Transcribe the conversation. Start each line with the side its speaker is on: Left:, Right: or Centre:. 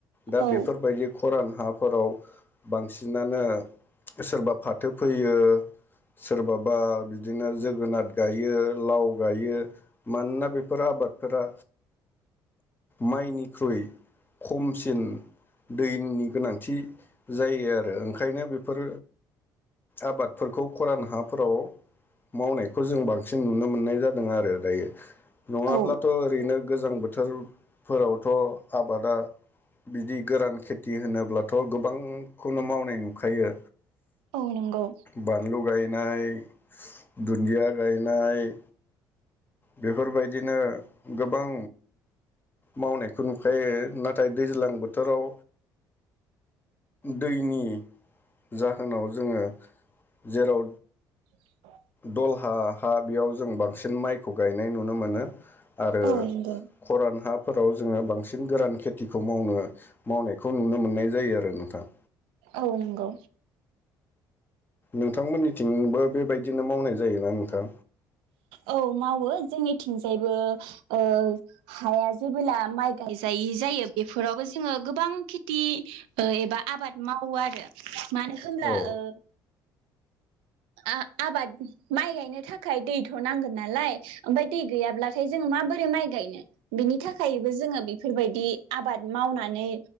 Left: दा
Right: औ
Left: बेफोरबायदि खरान हाफोराव बांसिनानो सोरबा फाथो फैयो सोरबाबा बिदिनो जोगोनार गायो, लाव गायो मानोना बेफोर आबादफोरा माइनिख्रुइ खमसिन दैनि गोनांथि जायो आरो ओंख ओंखायनो बेफोर आबादफोरखौ खरान हाफोराव मावनायखौ जों बांसिन सिन नुनो मोननाय जादों आरो। दायो। नङाब्लाथ'
Right: औ
Left: ओरैनो गोजां बोथोर फोरावथ' आबादा बिदि गोरान खेथि होनोब्लाथ' गोबांखौनो मावनाय नुखायो।
Right: औ नंगौ
Left: बानलु गायनाय, दुन्दिया गायनाय बेफोरबायदिनो गोबां मावनायखौ नुखायो। नाथाय दैज्लां बोथोराव दैनि जाहोनाव जोङो जेराव
Right: <inaudible>
Left: दलहा हा बेयाव जों बांसिन माइखौ गायनाय नुनो मोनो। आरो
Right: औ नंगौ
Left: खरान हा फोराव जोङो बांसिन गोरान खेथिखौ मावनो मावनायखौ नुनो मोननाय जायो आरो नोंथां।
Right: औ नंगौ।
Left: नोंथांमोननिथिंबो बेबायदिनो मावनाय जायोना नोंथां?
Right: औ मावो जोंनिथिंजायबो ओ हाया जेबोला माइ गायजायि जायो बेफोरावबो जोङो गोबां खेथि ओ एबा आबाद मावो आरो। मानो होमब्ला
Left: औ
Right: ओ ओ आबाद माइ गायनो थाखाय दैथ' नांगोन नालाय ओमफाय दै गैयाब्लाथाय जोङो माबोरै माइ गायनो बिनि थाखायबो जोङो बेफोरबायदि आबाद मावनानै